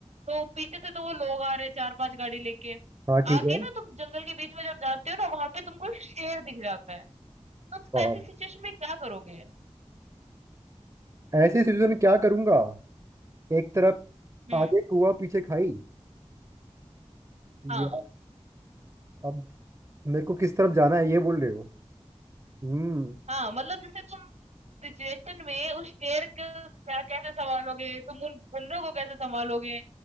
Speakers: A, on the right; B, on the right.
A: तो पीछे से तो वो लोग आ रहे हैं 4-5 गाड़ी लेके।
B: हाँ ठीक
A: आगे
B: है
A: ना तुम जंगल के बीच में जब जाते हो ना वहाँ पे तुमको एक शेर दिख जाता है। तो तुम
B: वाह
A: ऐसी सिचुएशन में क्या करोगे?
B: ऐसे सिचुएशन में क्या करूंगा एक तरफ
A: हुँ,
B: आगे कुआ पीछे खाई
A: हाँ,
B: यार अब मेरे को किस तरफ जाना है ये बोल रहे हो हम्म
A: हाँ, मतलब जैसे तुम सिचुएशन में उस शेर को क्या कैसे सँभालोगे? तुम उन बंदरों को कैसे सँभालोगे?